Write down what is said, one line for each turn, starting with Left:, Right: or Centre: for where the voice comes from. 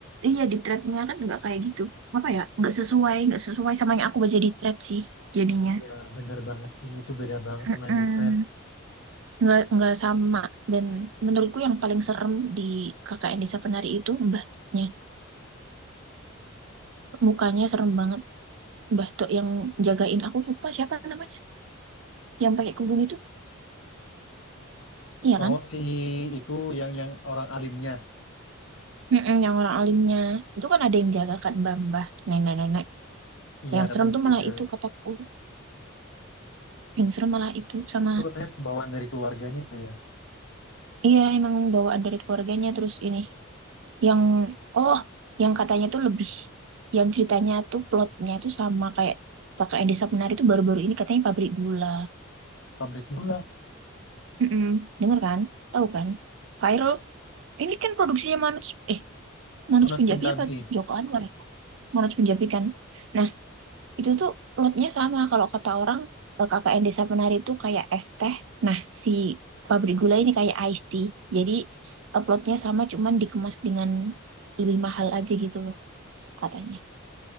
Right: iya di threadnya kan nggak kayak gitu. Apa ya? Nggak sesuai, nggak sesuai sama yang aku baca di thread sih jadinya.
Left: Ya, bener banget sih. Itu beda banget
Right: Mm-mm.
Left: sama yang di trap.
Right: Nggak nggak sama. Dan menurutku yang paling serem di KKN Desa Penari itu mbahnya. Mukanya serem banget. Mbah Tok yang jagain aku lupa siapa namanya. Yang pakai kerudung itu, iya
Left: Oh,
Right: kan?
Left: si itu yang yang orang alimnya.
Right: Mm-mm, yang orang alimnya. Itu kan ada yang jaga kan mbah-mbah, nenek-nenek.
Left: Iya,
Right: Yang
Left: katanya
Right: serem tuh
Left: gitu.
Right: malah itu kataku. Yang serem malah itu sama
Left: Itu katanya bawaan dari keluarganya itu ya.
Right: Iya, emang bawaan dari keluarganya terus ini yang oh, yang katanya tuh lebih yang ceritanya tuh plotnya tuh sama kayak Kakak Edi Sapnari tuh baru-baru ini katanya pabrik gula.
Left: Pabrik gula,
Right: Mm-mm. Dengar kan? Tahu kan? Viral. Ini kan produksinya Manoj eh Manoj
Left: Panas
Right: Punjabi
Left: Punjabi.
Right: apa Joko Anwar ya? Manoj Punjabi kan. Nah, Itu tuh lotnya sama kalau kata orang eh, K K N Desa Penari itu kayak es teh. Nah, si pabrik gula ini kayak iced tea. Jadi uploadnya sama cuman dikemas dengan lebih mahal aja gitu loh katanya